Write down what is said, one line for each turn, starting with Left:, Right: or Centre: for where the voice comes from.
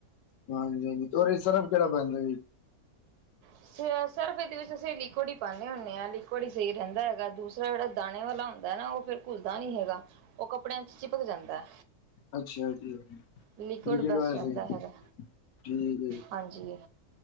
Left: ਹਾਂਜੀ- ਹਾਂਜੀ ਇਹ ਸਰਫ ਕਿਹੜਾ ਪੈਂਦਾ।
Right: ਸਰਫ ਇਹਦੇ ਵਿੱਚ ਸਹੇਲੀ, ਕੁੜੀ ਪਾਉਂਦੇ ਹੁੰਦੇ ਹਾਂ ਲਿਕੁਡ ਹੀ ਸਹੀ ਰਹਿੰਦਾ ਹੈਗਾ ਦੂਸਰਾ ਜਿਹੜਾ ਦਾਣੇ ਵਾਲਾ ਹੁੰਦਾ ਹੈ ਨਾ ਉਹ ਫਿਰ ਘੁੱਲਦਾ ਨੀ ਹੈਗਾ। ਉਹ ਕੱਪੜਿਆਂ ਚ' ਚਿਪਕ ਜਾਂਦਾ।
Left: ਅੱਛਾ ਜੀ।
Right: ਲਿਕੁਡ
Left: ਲ ਵੇ
Right: ਬੈਸਟ ਰਹਿੰਦਾ ਹੈਗਾ
Left: ਠੀਕ
Right: ਹਾਂਜੀ